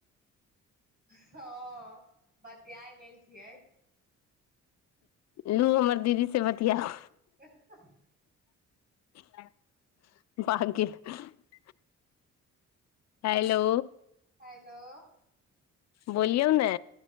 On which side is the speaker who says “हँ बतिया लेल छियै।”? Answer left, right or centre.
Right